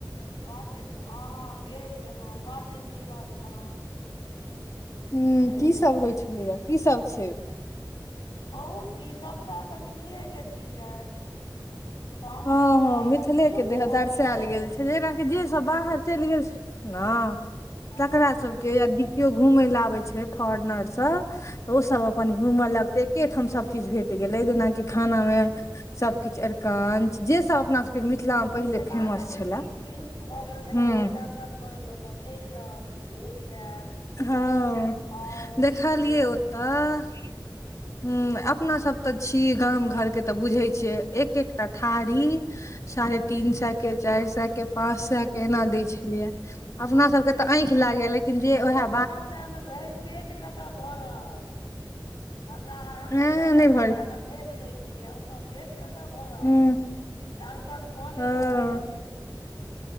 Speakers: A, on the left; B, on the left.
A: बड़ हँ गेल छलहुँ बड़ नीक स्थान।
B: हूॅं
A: छै
B: की सब होइ छलैय की सब छय।
A: बहुत की सबटा तऽ मिथिले के चिज अइ। तहन
B: हँ
A: तऽ मिथिला
B: हँ मिथिले
A: में विलुप्त
B: के देह
A: भऽ
B: दर्शायल
A: गैल।
B: गेल जेना कि जे स सब बाहर चेल गेल ने
A: हँ
B: तकरा सब। के यदि कियो घूमे ले आबे छय फोरनर सब ओ
A: हँ
B: सब अपन घूमल लगते एके ठाम सब चीज भेट गेलै जेनाकि खाना में सब किछ अरकंच जे सब अपना के मिथिला मे पहिले
A: मिथिला
B: फेमस
A: के जे
B: छलए
A: चिज विलुप्त भऽ गेल छेला
B: हूँ
A: से दर्शन करै लऽ ओतऽ चैल जाउ तऽ भेट जायत।
B: हँ,
A: खाउ
B: देखलियै
A: पिउ
B: ओतऽ हुॅं। अपना सब तऽ छी गाम घर के तऽ बुझे छियै, एक एकटा थारी साढ़े तीन सए के चार सए के पाँच सए के एना दै छलैये। अपना सब के तऽ आंखि लागैये, लेकिन जे ओएह
A: चारि सै मे भरि पेट कत से भरत, हमरा अहां
B: ए
A: होइये त
B: नहि
A: उठाके
B: भर
A: फेेक दै छियै ओतऽ। पेट कतऽ भरत,
B: हूं
A: दर्शन कऽ
B: हँ
A: लिअ राखि दियौ।